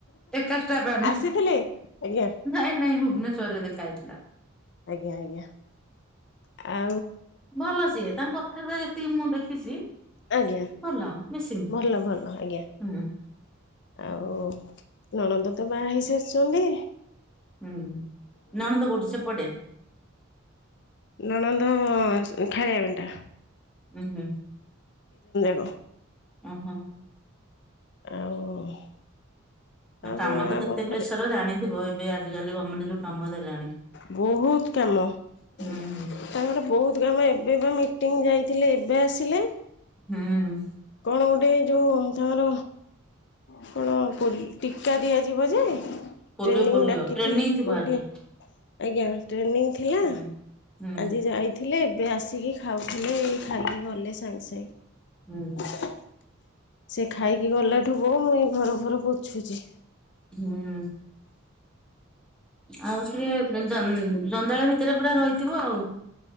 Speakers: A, in the centre; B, on the left.
A: ଏକା ଷ୍ଟାପ ଆମେ
B: ଆସିଥିଲେ ଆଜ୍ଞା।
A: ନାଇଁ ନାଇଁ ଭୁବନେଶ୍ୱରରେ ଦେଖାହେଇ ଥିଲା
B: ଆଜ୍ଞା ଆଜ୍ଞା ଆ
A: ଭଲ ସିଏ ତାଙ୍କ କଥାରେ ଯେତିକି ମୁଁ ଦେଖିଛି
B: ଆଜ୍ଞା
A: ଭଲ ମିସିଂ
B: ଭଲ ଭଲ ଆଜ୍ଞା।
A: ହୁଁ
B: ଆଉ ନଣଦ ତ ବାହା ହେଇ ସାରିଛନ୍ତି।
A: ହୁଁ ନଣନ୍ଦ କୋଉଠି ସେପଟେ
B: ନଣନ୍ଦ ଖାଳିଆ ଭଣ୍ଟା
A: ଉଁ ହୁଁ।
B: ର୍ରହ
A: ଓ ହୋ।
B: ଆଉ
A: ନା
B: ଆମ
A: କାମ ତ
B: ଆମ
A: କେତେ
B: ଘରେ
A: ପ୍ରେସର ଜାଣିଥିବ ଏବେ ଆଜିକାଲି ଗର୍ମେଣ୍ଟ ଯୋଉ କାମ ଦେଲାଣି
B: ବହୁତ କାମ
A: ହୁଁ
B: ତାଙ୍କର
A: ହୁଁ।
B: ବହୁ ଗ ଏବେ ବା ମିଟିଂ ଯାଇଥିଲେ ଏବେ ଆସିଲେ।
A: ହୁଁ।
B: କଣ ଗୋଟେ ଯୋଉ ତାର କଣ ପ ଟୀକା ଦିଆଯିବ ଯେ ଟ୍ରେନିଂ
A: ପୋଲିଓ ପୋଲିଓ
B: ଡାକିଥିଲି
A: ଟ୍ରେନିଂ ଥିବ
B: ପୋଲିଓ
A: ଆଜି
B: ଆଜ୍ଞା ଟ୍ରେନିଂ ଥିଲା
A: ହୁଁ। ହୁଁ
B: ଆଜି ଯାଇଥିଲେ ଏବେ ଆସିକି ଖାଉଥିଲେ ଏ ଖାଇକି ଗଲେ ସାଙ୍ଗେ ସାଙ୍ଗେ
A: ହୁଁ
B: ସେ ଖାଇକି ଗଲା ଠୁ ବୋଉ ମୁଁ ଏଇ ଘର ଫର ପୋଛୁଛି।
A: ହୁଁ। ଆଉ ଟିକେ ଜଞ୍ଜାଳ ଭିତରେ ପୁରା ରହିଥିବ ଆଉ।